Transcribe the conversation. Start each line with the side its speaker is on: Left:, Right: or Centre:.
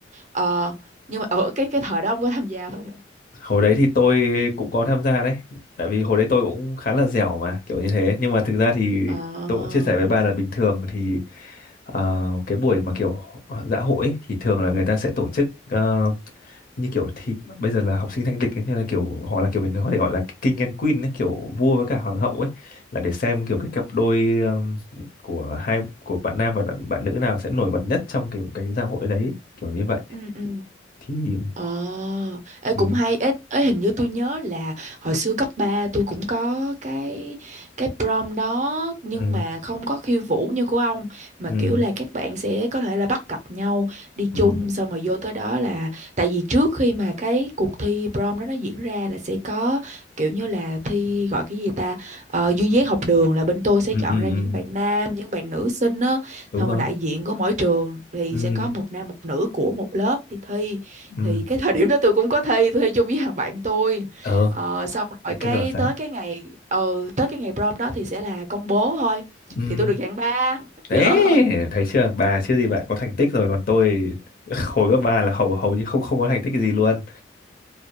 Right: Ờ, nhưng mà ở cái cái thời đó ông có tham gia không
Left: hồi đấy thì tôi cũng có tham gia đấy tại vì hồi đấy tôi cũng khá là dẻo mà kiểu như thế nhưng mà thực ra thì
Right: Ờ.
Left: tôi cũng chia sẻ với bà là bình thường thì ờ, cái buổi mà kiểu ờ, dạ hội ấy, thì thường là người ta sẽ tổ chức ờ, như kiểu thì bây giờ là học sinh thanh lịch ấy, như là kiểu hoặc là kiểu mình có thể gọi là king and queen ấy, kiểu vua với cả hoàng hậu ấy là để xem kiểu cái cặp đôi um, của hai của bạn nam và bạn, bạn nữ nào sẽ nổi bật nhất trong kiểu cái gia hội đấy kiểu như vậy
Right: ừ, ừ.
Left: thì
Right: Ờ, ê, cũng
Left: ừ,
Right: hay ấy, ấy hình như tôi nhớ là hồi xưa cấp 3 tôi cũng có cái cái prom đó nhưng
Left: ừ,
Right: mà không có khiêu vũ như của ông mà
Left: ừ,
Right: kiểu là các bạn sẽ có thể là bắt cặp nhau đi
Left: ừ,
Right: chung xong rồi vô tới đó là tại vì trước khi mà cái cuộc thi prom đó nó diễn ra là sẽ có kiểu như là thi gọi cái gì ta ờ, duyên dáng học đường là bên tôi sẽ
Left: ừ,
Right: chọn
Left: ừ,
Right: ra
Left: ừ,
Right: những bạn nam những bạn nữ xinh á
Left: đúng
Right: xong
Left: rồi
Right: rồi đại diện của mỗi trường thì
Left: ừ,
Right: sẽ có một nam một nữ của một lớp đi thi
Left: ừ.
Right: thì cái thời điểm đó tôi cũng có thi tôi thi chung với thằng bạn tôi
Left: ờ
Right: ờ, xong rồi
Left: để
Right: cái
Left: các là sao
Right: tới cái ngày ờ tới cái ngày prom đó thì sẽ là công bố thôi
Left: ừ.
Right: thì tôi được hạng ba
Left: đấy
Right: <laughs>
Left: thấy chưa bà chưa gì bạn có thành tích rồi còn tôi <laughs> hồi cấp ba là hầu hầu như không không có thành tích gì luôn